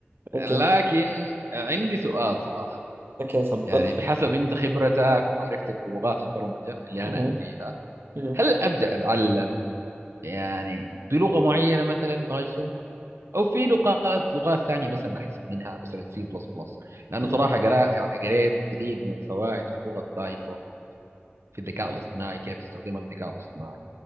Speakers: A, on the right (about 55°); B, on the right (about 80°).
A: اوكي
B: لكن عندي سؤال صراحة
A: اوكي تفضل
B: يعني بحسب أنت خبرتك ومعرفتك بلغات البرمجة اللي
A: اها
B: أنا أدريها
A: اها
B: هل أبدأ أتعلم يعني بلغة معينة مثلا بايثون او في لغات لغات ثانيه مثلا احسن منها مثلا سي بلس بلس لانه
A: اها
B: صراحه قرا يعني قريت كثير من الفوائد على لغه بايثون في الذكاء الاصطناعي كيف استخدمها في الذكاء الاصطناعي